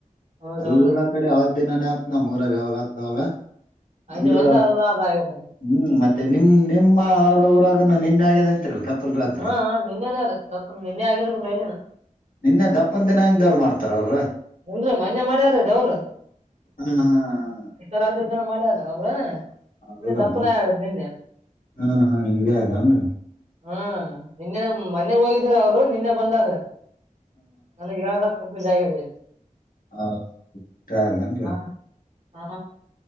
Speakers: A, on the right; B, on the left.
A: ಹೌದ್
B: ಎಲ್ಲಾ
A: ಹೌದ್ರಿ
B: ಕಡೆ ಅವ ದಿನ ಆತ್ನ ನಮ್ಮ ಊರುಗ ಯಾವ ಆಗುತ್ತೆ ಅವಗ
A: ಅಲ್ಲಿ
B: ಅಂದ್ರ
A: ಒಂದ ಅದ ಅದ ಆಗ್ಯದ್ರಿ
B: ಹ್ಮ್ ಮತ್ತೆ ನಿಮ ನಿಮ್ಮ ಅವರು ಉರಗ ನಿನ್ ಆಗ್ಯ ಅಂತಿರಲ್ ರಾತ್ರಿ
A: ಹಾ ಹಾ ನಿನ್ನೆನೇ ರೀ ದಪ್ಪನ್ ನಿನ್ನೆ ಆಗಿರ್ಬೇಕ್ರಿ ಅಲ್ಲಿನ
B: ನಿನ್ನ ದಪ್ಪನ್ ದಿನ ಹಂಗವ್ರು ಮಾಡ್ತಾರೆ ಹತ್ರ ಅವ್ರೀ
A: ಹ್ಮ್ ರಿ ಮನ್ಯೆ ಮಾಡ್ಯಾರದ ದೇವರು
B: ಹಾ ಹಾ ಹಾ
A: ಇಷ್ಟೋರಾತ್ರಿ ಜನ ಮಾಡ್ಯಲ್ಲ ಅವ್ರ ನಿನ್ನೆ
B: ಹೌದಾ
A: ದಪ್ಪುನ್ರ ನಿನ್ನೆ
B: ಹಾ ಹಾ ಹಿಂಗೆ ಆಗೇನ್ರಿ
A: ಹಾ ಇನ್ನೇ ಮೊನೆೆ ಹೋಗಿದ್ದೀರ ರು ನಿನ್ನೆ ಬಂದಾರ ನನಗ್ ಯಾವ್ದ್ ಕಂಪ್ಯೂಸ್ ಆಗ್ಯಾದ್ರಿ
B: ಹ <unintelligible> ಏನೂ ರಿ
A: ಹಾ ಹಾ